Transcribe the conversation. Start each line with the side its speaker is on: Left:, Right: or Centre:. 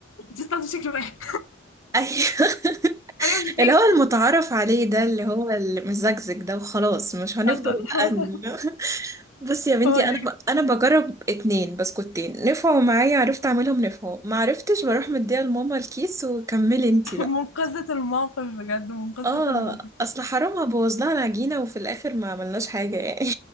Left: بتستخدم شكل واحد
Right: ايوه <laughs>
Left: <laughs> معرفش
Right: اللي
Left: ليه
Right: هو المتعارف عليه ده اللي هو المزجزج ده وخلاص مش هنفضل
Left: حصل حصل
Right: بقى ن- <laughs> بصي يا بنتي
Left: هو ده
Right: انا ب... انا بجرب اتنين بسكوتين نفعوا معايا عرفت اعملهم نفعوا ما عرفتش بروح مديها لماما الكيس وكملي انتي بقى
Left: منقذة الموقف بجد منقذة
Right: اه
Left: الموقف
Right: اصل حرام ابوظ لها العجينة وفي الاخر ما عملناش حاجة يعني